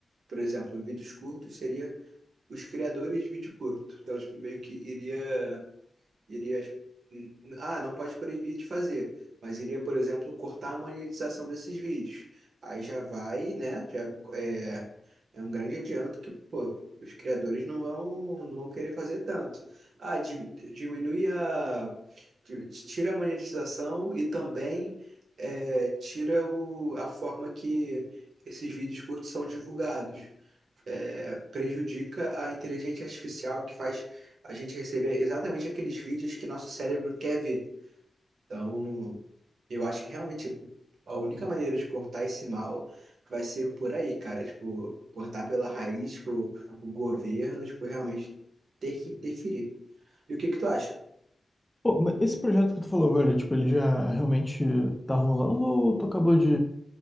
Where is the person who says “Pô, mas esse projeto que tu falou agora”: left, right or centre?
Centre